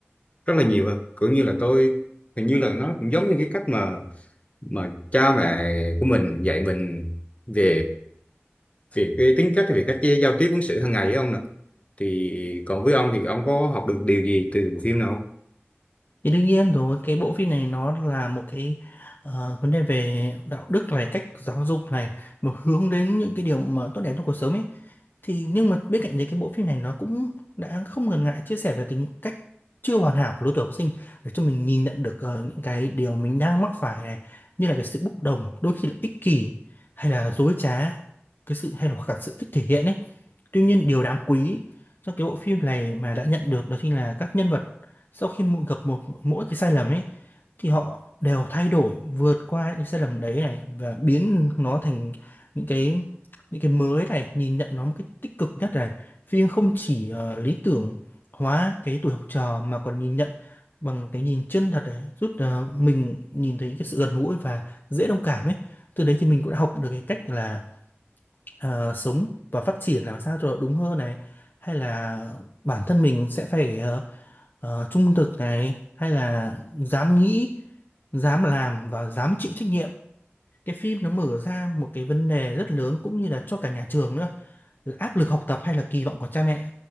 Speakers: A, on the left; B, on the left.
A: rất là nhiều à. cũng như là tôi hình như là nó cũng giống như cái cách mà mà cha mẹ của mình dạy mình về về cái tính cách về cách giao tiếp ứng xử hàng ngày ấy ông nè thì còn với ông thì ông có học được điều gì từ bộ phim nào không
B: Thì đương nhiên rồi, cái bộ phim này nó là một cái ờ, vấn đề về đạo đức này, cách giáo dục này, một hướng đến những cái điều mà tốt đẹp trong cuộc sống ấy. Thì nhưng mà bên cạnh đấy cái bộ phim này nó cũng đã không ngần ngại chia sẻ về tính cách chưa hoàn hảo của lứa tuổi học sinh để cho mình nhìn nhận được ờ, những cái điều mình đang mắc phải này, như là cái sự bốc đồng, đôi khi là ích kỷ hay là dối trá, cái sự hay là hoặc là sự thích thể hiện ấy. Tuy nhiên điều đáng quý trong cái bộ phim này mà đã nhận được đó chính là các nhân vật sau khi mỗi- gặp một mỗi cái sai lầm ấy thì họ đều thay đổi vượt qua những cái sai lầm đấy này và biến nó thành những cái những cái mới này nhìn nhận nó một cách tích cực nhất này phim không chỉ ờ, lý tưởng hóa cái tuổi học trò mà còn nhìn nhận bằng cái nhìn chân thật này giúp ờ, mình nhìn thấy cái sự gần gũi và dễ đồng cảm ấy từ đấy thì mình cũng đã học được cái cách là ờ, sống và phát triển làm sao cho nó đúng hơn này hay là bản thân mình sẽ phải ờ, ờ, trung thực này hay là dám nghĩ dám làm và dám chịu trách nhiệm cái phim nó mở ra một cái vấn đề rất lớn cũng như là cho cả nhà trường nữa là áp lực học tập hay là kỳ vọng của cha mẹ